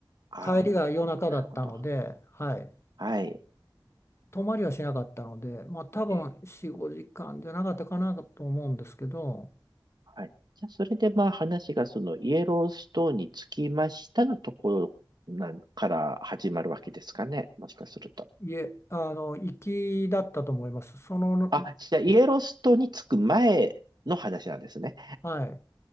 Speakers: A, on the right (about 55°); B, on the left (about 30°).
A: ああ、
B: 帰りが夜中だったので、
A: なるほど。
B: はい。
A: はい。
B: 泊まりはしなかったので、まあ、多分4、
A: えー
B: 5時間じゃなかったかなと思うんですけど、
A: はい。じゃあ、それでまあ話がそのイエローストーンにつきましたのところなんから始まるわけですかね。もしかすると。
B: いえ、あの、行きだったと思います。その、
A: あ、じゃあ、イエローストーンに着く前の話なんですね。
B: はい。